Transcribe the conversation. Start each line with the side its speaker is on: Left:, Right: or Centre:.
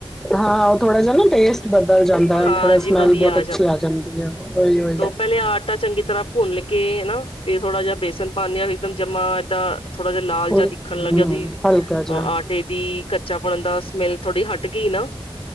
Centre: ਹਾਂ ਓ ਥੋੜਾ ਜੇਆ ਨਾ ਟੇਸਟ ਬਦਲ ਜਾਂਦਾ
Left: ਹਾਂਜੀ
Centre: ਥੋੜਾ ਸਮੈਲ
Left: ਵਧੀਆ
Centre: ਬੋਤ ਅੱਛੀ ਆ ਜਾਂਦੀ ਐ ਹੀ ਓਈ-ਓਈ
Left: ਪੈਲੇ ਆਟਾ ਚੰਗੀ ਤਰ੍ਹਾਂ ਭੁੰਨ ਕੇ ਅਨਾ ਫੇਰ ਥੋੜ੍ਹਾ ਜੇਆ ਬੇਸਨ ਪਾਨੇ ਆ ਏਕਦਮ ਜਮਾਂ ਏਦਾਂ ਥੋੜ੍ਹਾ ਜੇਆ ਲਾਲ
Centre: ਉਹ
Left: ਜੇਆ ਦੀਖਣ ਲਾਗੇਆ
Centre: ਹੂੰ
Left: ਦੀ
Centre: ਹਲਕਾ
Left: ਅ
Centre: ਜਿਹਾ
Left: ਟੇ ਦੀ ਕੱਚਾ ਪਨ ਦਾ ਸਮੈਲ ਥੋੜੀ ਹਟ ਗੀਨਾ